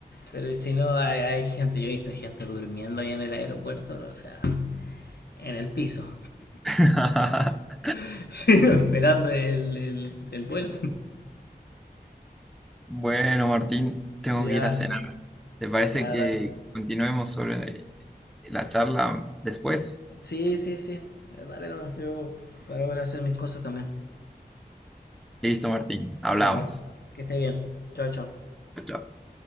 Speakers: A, on the left; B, in the centre.
A: pero si no, hay, hay gente, yo he visto gente durmiendo ahí en el aeropuerto, bro, o sea, en el piso,
B: <laughs>
A: <laughs> sí, esperando el, el, el vuelo.
B: Bueno, Martín, tengo
A: <laughs> ya,
B: que ir a cenar. ¿Te parece
A: ya,
B: que
A: dale.
B: continuemos sobre la charla después?
A: Sí, sí, sí, dale nomás, yo voy a hacer mis cosas también.
B: Listo, Martín, hablamos.
A: Ya va. Que esté bien. Chao, chao.
B: chao.